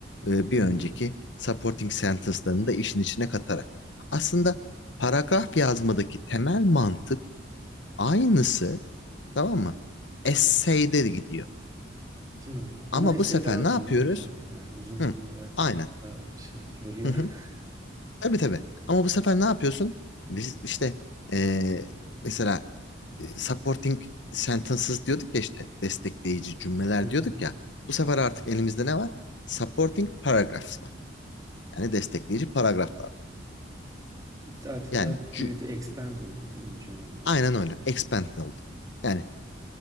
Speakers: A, on the left; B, on the right.
A: E,
B: Hmm.
A: bir önceki supporting sentence'larını da işin içine katarak. Aslında paragraf yazmadaki temel mantık Aynısı tamam mı? Essay'de de gidiyor.
B: Değil mi? Ama
A: Ama
B: esey
A: bu sefer
B: daha uzun
A: ne yapıyoruz?
B: değil mi hocam? Yani uzunluk
A: Hı,
B: olarak
A: aynen.
B: bir tık daha şey yoruyor.
A: Hı hı.
B: <laughs>
A: Tabii tabii. Ama bu sefer ne yapıyorsun? Biz işte eee, mesela e, supporting sentences diyorduk ya işte destekleyici cümleler
B: Hı hı.
A: diyorduk ya. Bu sefer artık elimizde ne var? Supporting paragraphs var. Yani destekleyici paragraflar var.
B: Adeta
A: Yani cü-
B: büyüdü, expand oldu değil mi hocam onlar
A: aynen
B: böyle
A: öyle.
B: daha.
A: Expand oldu. Yani